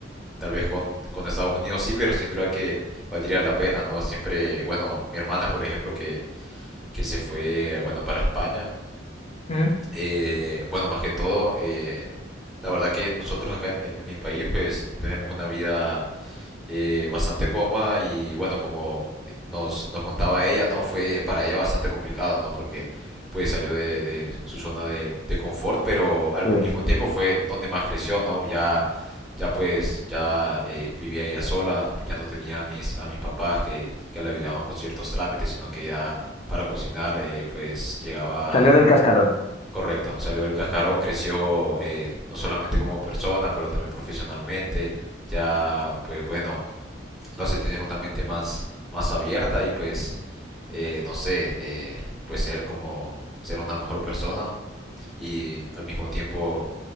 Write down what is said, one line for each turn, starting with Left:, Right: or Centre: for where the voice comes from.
Centre: Tal vez con, con Estados Unidos sí, pero sin duda que valdría la pena, ¿no? Siempre, bueno, mi hermana, por ejemplo, que, que se fue, bueno, para España,
Left: ¿Mm?
Centre: eh, bueno, más que todo, eh, la verdad que nosotros acá en, en mi país, pues tenemos una vida eh, bastante cómoda y bueno, como nos, nos contaba ella, ¿no? Fue para ella bastante complicado, ¿no? Porque pues salió de, de su zona de, de confort, pero al,
Left: sí,
Centre: al mismo tiempo fue donde más creció, ¿no? Ya, ya pues, ya eh, vivía ella sola, pues ya no tenía a mis, a mis papás que, que le ayudaban con ciertos trámites, sino que ya para cocinar, eh, pues llegaba...
Left: salió del cascarón.
Centre: Correcto, salió del cascarón, creció eh, no solamente como persona, pero también profesionalmente. Ya, pues bueno, lo hace tener una mente más, más abierta y pues, eh, no sé, eh, pues ser como, ser una mejor persona y al mismo tiempo